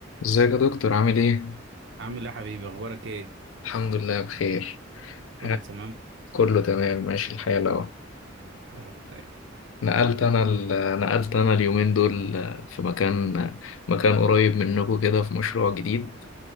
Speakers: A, on the left; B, on the right.
A: ازيك يا دكتور عامل ايه؟
B: عامل ايه يا حبيبي اخبارك ايه
A: الحمد لله بخير
B: كله
A: ها،
B: تمام
A: كله تمام ماشي الحال اهو
B: يا رب دايما
A: نقلت انا ال... نقلت انا اليومين دول في مكان مكان قريب منكم كده في مشروع جديد